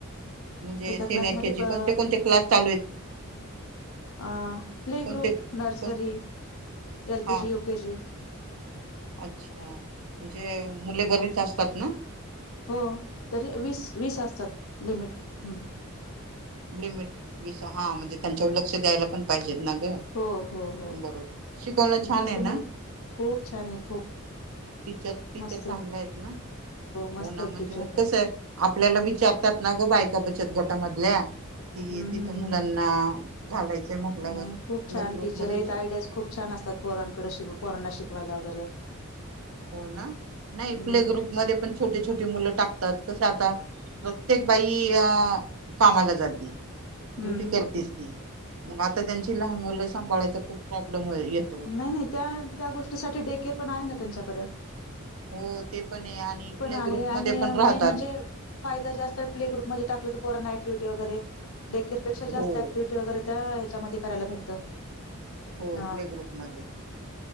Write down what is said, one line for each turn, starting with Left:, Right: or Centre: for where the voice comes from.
Right: म्हणजे
Left: एका
Right: सीनिअर
Left: क्लासमध्ये
Right: के जी
Left: प
Right: कोणते कोणते क्लास चालू आहेत.
Left: अ प्ले
Right: कोणते
Left: ग्रुप, नर्सरी
Right: कोण
Left: एल
Right: हा
Left: केजी, यु केजी,
Right: अच्छा! म्हणजे मुले घरीच असतात ना?
Left: हो तरी वीस वीस असतात लिमिट ह्
Right: लिमिट हा म्हणजे त्यांच्यावर लक्ष द्यायला पण पाहिजेत ना? ग
Left: हो हो हो म्हणजे
Right: बरोबर शिकवणं छान
Left: जास्त
Right: आहे ना
Left: मुल खूप छान आहे, खूप
Right: टीचर टीचर
Left: मस्त
Right: चांगले
Left: आहे
Right: आहेत ना?
Left: मस्त
Right: हो ना
Left: आहे
Right: म्हणजे
Left: टीचर
Right: मग
Left: पण
Right: कस आहे, आपल्याला विचारतात ना ग बायका बचत गटामधल्या कि
Left: हम्म हम्म
Right: तिथं
Left: हम्म
Right: मुलांना
Left: हम्म
Right: घालायचंय म्हटल्यावर
Left: नाही खूप
Right: प्ले
Left: छान
Right: ग्रुप
Left: टीचर
Right: मध्ये
Left: आहेत आयडिया खूप छान असतात पोरांकड पोरांना शिकवायला वगैरे
Right: हो ना नाही
Left: हम्म
Right: प्ले ग्रुप मध्ये पण छोटी छोटी मुलं टाकतात कस आता. प्रत्येक बाई अ कामाला जाते.
Left: हम्म
Right: ड्युटी करतेस
Left: हम्
Right: ती मग आता त्यांची लहान मुलं सांभाळायचा खूप प्रॉब्लेम येत.
Left: नाही नाही त्या त्या गोष्टीसाठी डेकेअर पण आहे ना त्यांच्याकडं.
Right: हो ते पण आहे आणि प्ले
Left: आहे
Right: ग्रुप
Left: आणि
Right: मध्ये पण राहतात
Left: मेन म्हणजे फायदा जास्त आहे प्ले ग्रुपमध्ये टाकला तर पोरांना ऍक्टिव्हिटी वगैरे येते डेकेयरपेक्षा
Right: हो
Left: जास्त ऍक्टिव्हटी वगैरे त्या ह्याच्यामध्ये करायला भेटत अ
Right: हो प्ले ग्रुप मध्ये